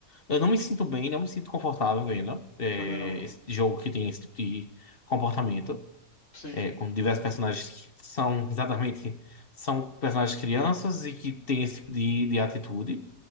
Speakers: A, on the left; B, on the left.
A: Eu não me sinto bem, não me sinto confortável vendo é,
B: Também não,
A: esse jogo que tem esse tipo de comportamento,
B: sim,
A: é, com diversos personagens que são exatamente são personagens crianças e que têm esse tipo de, de atitude.